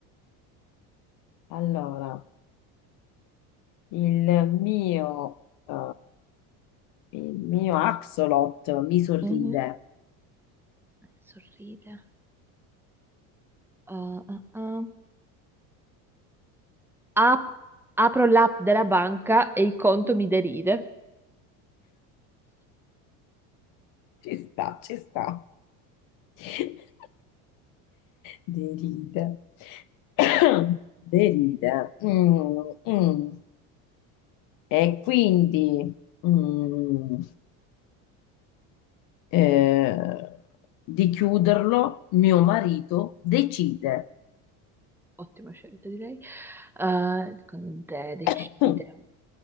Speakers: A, on the left (about 55°); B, in the centre.
A: allora. Il mio, eh, il mio axolot mi sorride.
B: Mhm. Sorride. Ah, ah, ah. Ap- apro l'app della banca e il conto mi deride.
A: Ci sta, ci sta. <laughs> Deride. <coughs> Deride. Mm, mm. E quindi mm, eh, di chiuderlo, mio marito decide,
B: Ottima scelta, direi. Eh, con te decide.
A: <coughs>